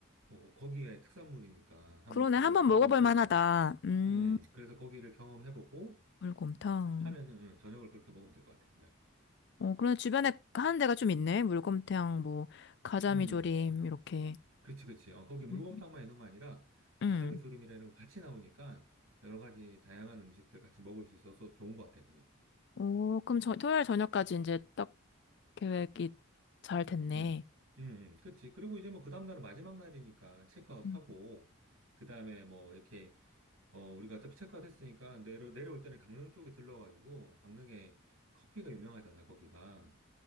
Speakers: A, on the right (about 75°); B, on the left (about 55°).
A: 어, 거기에 특산물이니까 한번
B: 그러네.
A: 그걸
B: 한 번
A: 경험해보는
B: 먹어볼 만하다.
A: 거.
B: 음,
A: 음 그래서 거기를 경험해보고
B: 물곰탕.
A: 하면은 음, 저녁을 그렇게 먹으면 될 것 같아 그날.
B: 어, 그러네. 주변에 하는 데가 좀 있네. 물곰탕, 뭐, 가자미조림,
A: 음 음.
B: 이렇게.
A: 그렇지 그렇지. 어, 거기 물곰탕만
B: 음.
A: 있는 거 아니라
B: 음.
A: 가자미 조림이라 이런 거 같이 나오니까 여러 가지 다양한 음식들 같이 먹을 수 있어서 좋은 것 같아 거기.
B: 오, 그럼 저, 토요일 저녁까지 이제 딱 계획이 잘 됐네.
A: 음, 음, 음, 그치. 그리고 이제 뭐 그 다음날은 마지막 날이니까 체크아웃
B: 음.
A: 하고, 그 다음에 뭐 이렇게, 어, 우리가 어차피 체크아웃 했으니까 내려, 내려올 때는 강릉 쪽에 들러가지고, 강릉에 커피가 유명하잖아, 거기가.